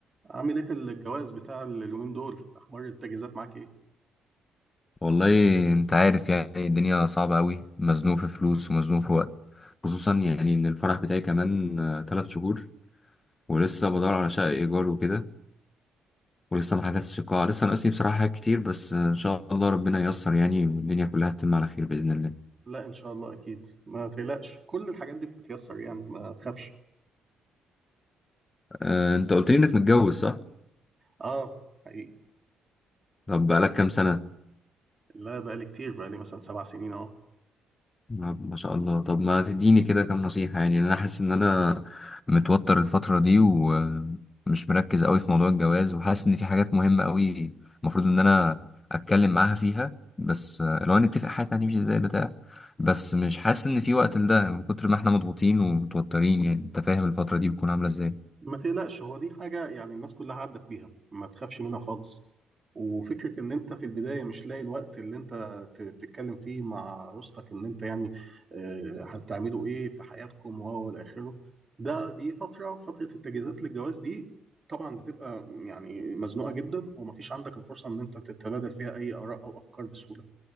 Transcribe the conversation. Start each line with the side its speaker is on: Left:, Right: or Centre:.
Right: عامل ايه في الجواز بتاع اليومين دول اخبار التجهيزات معاك ايه
Left: والله انت عارف يعني الدنيا صعبة قوي مزنوق في فلوس ومزنوق في وقت خصوصا يعني ان الفرح بتاعي كمان آه، تلات شهور ولسه بدور على شقة ايجار وكده ولسه ما حجزتش القاعة لسه ناقصني بصراحة حاجات كتير بس آه، ان شاء الله ربنا ييسر يعني والدنيا كلها تتم على خير بإذن الله
Right: لا ان شاء الله اكيد ما تقلقش كل الحاجات دي بتتيسر يعني ما تخافش
Left: آه، انت قلت لي انك متجوز صح؟
Right: اه حقيقي
Left: طب بقالك كام سنة
Right: لا بقالي كتير بقالي مثلا سبع سنين اهو
Left: نعم، ما شاء الله طب ما تديني كده كام نصيحة يعني انا حاسس ان انا متوتر الفترة دي ومش مركز قوي في موضوع الجواز وحاسس ان في حاجات مهمة قوي المفروض ان انا اتكلم معاها فيها بس آه، لو نتفق حاجة هتمشي ازاي بتاع بس مش حاسس ان في وقت لده من كتر ما احنا مضغوطين ومتوترين يعني انت فاهم الفترة دي بتكون عاملة ازاي
Right: ما تقلقش هو دي حاجة يعني الناس كلها عدت بيها ما تخافش منها خالص وفكرة إن أنت في البداية مش لاقي الوقت اللي أنت ت- تتكلم فيه مع أسرتك إن أنت يعني آه، هتعملوا إيه في حياتكم وهو إلى آخره ده دي فترة فترة التجهيزات للجواز دي طبعا بتبقى يعني مزنوقة جدا ومفيش عندك الفرصة إن أنت تتبادل فيها أي آراء أو أفكار بسهولة